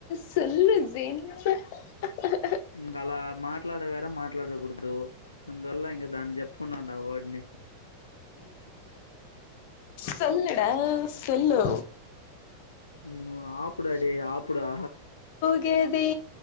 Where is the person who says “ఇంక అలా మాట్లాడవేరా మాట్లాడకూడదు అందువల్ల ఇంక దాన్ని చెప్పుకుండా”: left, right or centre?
Left